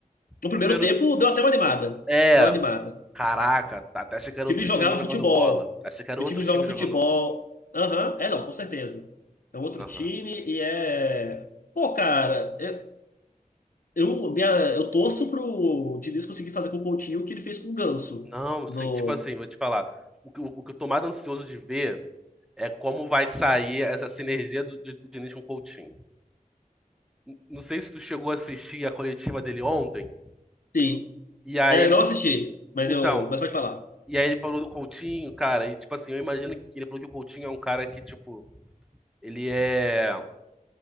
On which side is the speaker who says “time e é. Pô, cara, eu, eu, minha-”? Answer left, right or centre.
Left